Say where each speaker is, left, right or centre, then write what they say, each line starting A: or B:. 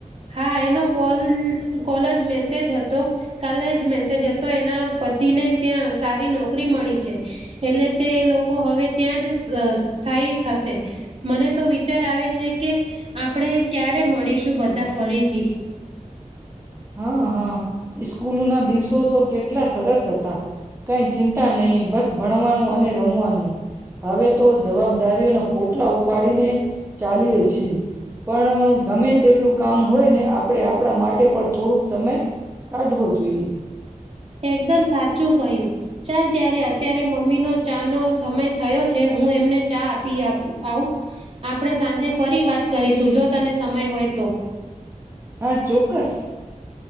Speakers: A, on the right; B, on the right.
A: હા એનો કોલ કોલ જ મેસેજ હતો કલે જ મેસેજ હતો એના પતિને ત્યાં સારી નોકરી મળી છે એટલે તે એ લોકો હવે ત્યાં જ સ્થાય થશે મને તો વિચાર આવે છે કે આપણે ક્યારે મળીશું બધા ફરીથી
B: હા હા ઈસ્કૂલ ના દિવસો તો કેટલા સરસ હતા કઈ ચિંતા નહીિ બસ ભણવાનું અને રમવાનું હવે તો જવાબદારીઓના પોટલા ઉપાડીને ચાલીય છીએ પણ ગમે તેટલું કામ હોય ને આપણે આપણા માટે પણ થોડોક સમય કાઢવો જોઈએ.
A: એકદમ સાચું કહ્યું ચાલ ત્યારે અત્યારે મમ્મીનો ચા નો સમય થયો છે હું એમને ચા આપી આપું આવું આપણે સાંજે ફરી વાત કરીશું જો તને સમય હોય તો.
B: હા ચોક્કસ.